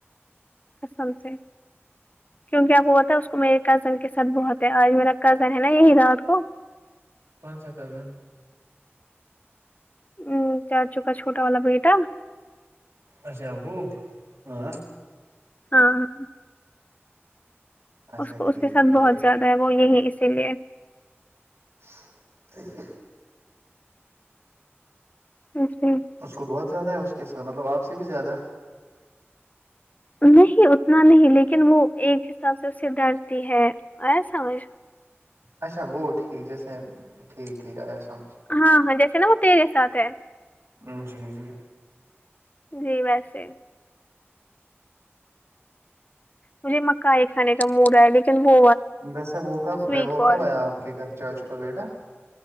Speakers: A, on the left (about 35°); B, on the right (about 85°).
A: سم سے کیونکہ آپ ہوتا اس کو میرے کزن کے ساتھ بہت آج میرا کزن ہے نا یہی رات کو
B: کون سا کزن
A: ا چا چوکا چھوٹا والا بیٹا
B: اچھا وہ ہاں
A: ہاں ہاں
B: اچھا
A: اس کو
B: ٹھیک
A: اس کے ساتھ
B: ٹھیک
A: بہت زیادہ ہے وہ یہی اسی لیے
B: <unintelligible>
A: <unintelligible>
B: اس کو بہت زیادہ ہے اس کے سب مطلب آپ سے بھی زیادہ
A: نہیں اتنا نہیں لیکن وہ ایک حساب سے اسے ڈرتی ہے ایا سمجھ
B: اچھا وہ ٹھیک جیسے ٹھیک ٹھیک آیا سمجھ
A: ہاں ہاں جیسے نا وہ تیرے ساتھ ہے
B: ہ جی جی
A: جی ویسے مجھے مکائی کھے کا موڈ آ ہے لیکن وہ
B: ویسے وہ کب
A: سویٹ
B: وہ
A: کارن
B: کب آیا آپ کے گھر چا چو کا بیٹا